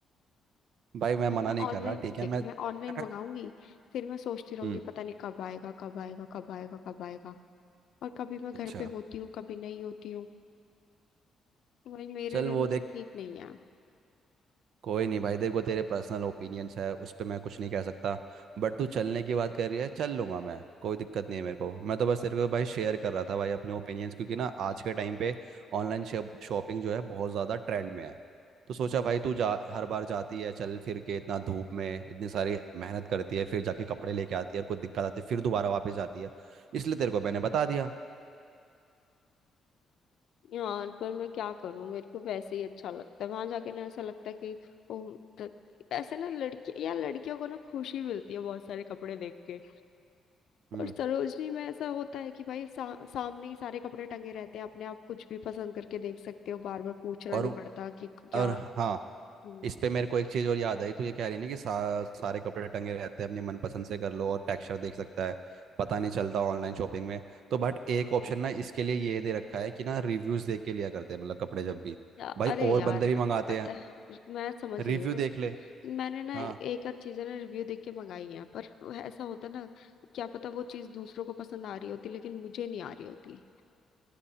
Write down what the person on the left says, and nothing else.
अब मैं
ऑनलाइन
देख
मैं ऑनलाइन
मंगाऊंगी फिर मैं सोचती रहूंगी
पता नहीं कब आएगा कब आएगा कब आएगा कब आएगा और कभी मैं घर
पे होती हूँ कभी नहीं होती हूँ वही मेरे
लिए तो
देख ठीक नहीं है
यार पर मैं क्या करूं मेरे को वैसे ही अच्छा लगता है वहां जाके ना ऐसा लगता है कि ओ, त- ऐसे ना लड़की या लड़कियों को ना खुशी मिलती है बहुत सारे कपड़े देख के
और सरोजनी में ऐसा होता है कि भाई सा, सामने ही सारे कपड़े टंगे रहते हैं अपने आप कुछ भी पसंद करके देख सकते हो बार बार पूछना
नहीं पड़ता कि क्या
हम्म,
या,
अरे
यार
पता
है मैं समझ
रही हूँ
मैंने ना
एक आध चीजें ना रिव्यू देख के मंगाई हैं पर ऐसा होता ना क्या पता वो चीज दूसरों को पसंद आ रही होती लेकिन मुझे नहीं आ रही होती